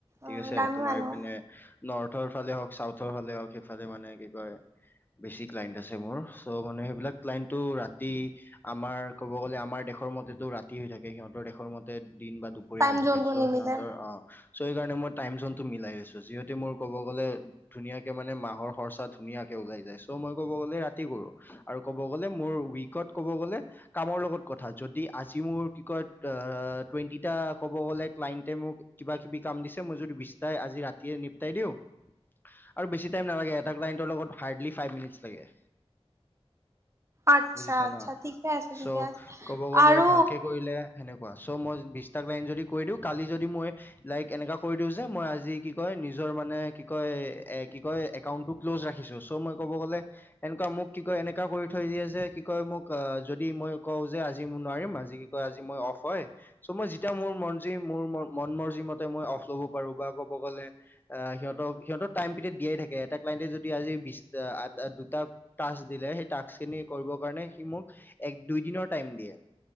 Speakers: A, on the right; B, on the left.
A: উ
B: ঠিক আছে
A: দামী
B: তোমাৰ
A: মানুহ
B: ইপিনে নৰ্থৰ ফালে হওক চাউথৰ ফালে হওক সেইফালে মানে কি কয় বেছি ক্লাইণ্ট আছে মোৰ চ' মানে সেইবিলাক ক্লাইনটো ৰাতি আমাৰ ক'ব গ'লে আমাৰ দেশৰ মতেতো ৰাতি হৈ থাকে সিহতৰ দেশৰ মতে দিন বা দু দূপৰিয়া
A: টাইম
B: হৈ থাকে
A: জোনটো
B: চ
A: নিমিলে
B: সিহতৰ অহ চ সেই কাৰণে মই টাইম যোনটো মিলাই লৈছো যিহেতো মোৰ কব গলে ধুনীয়াকে মানে মাহৰ খৰচা ধুনীয়াকে ওলাই যায় চ মই কব গ'লে ৰাতি কৰো আৰু কব গ'লে মোৰ উইকত কব গ'লে কামৰ লগত কথা যদি আজি মোৰ কি কয় আ টুৱেণ্টিটা ক'ব গ'লে ক্লাইণ্টে মোক কিবা কিবি কাম দিছে মই যদি বিচতাই আজি ৰাতিয়ে নিপটাই দিওঁ আৰু বেছি টাইম নালাগে এটা ক্লাইণ্টৰ লগত হাৰ্ডলি ফাইভ মিনটছ লাগে
A: আচ্ছা
B: বুজিছা
A: আচ্ছা
B: ন
A: ঠিকে আছে ঠিকে
B: চ'
A: আছে
B: ক'ব গ'লে
A: আৰু
B: ভালকে কৰিলে সেনেকুৱা চ মই বিশটা ক্লাইণ্ট যদি কৰি দিওঁ কালি যদি মই লাইক এনেকা কৰি দিওঁ যে মই আজি কি কয় নিজৰ মানে কি কয় এ কি কয় একাউন্টটো ক্ল'জ ৰাখিছো চ মই কব গ'লে এনেকুৱা মোক কি কয় এনেকা কৰি থৈ দিয়ে যে কি কয় মোক আহ যদি মই কওঁ যে আজি মোৰ নোৱাৰিম আজি আজি মই অফ হয় চ মই যেতিয়া মোৰ মৰজি মোৰ মন মৰজি মতে মই অফ ল'ব পাৰো বা কব গ'লে আহ সিহঁতক সিহঁতৰ টাইম পিৰিয়ড দিয়াই থাকে ক্লাইণ্টে যদি আজি বিশ আ দুটা টাক্স দিলে সেই টাক্স খিনি কৰিবৰ কাৰণে সি মোক এক দুই দিনৰ টাইম দিয়ে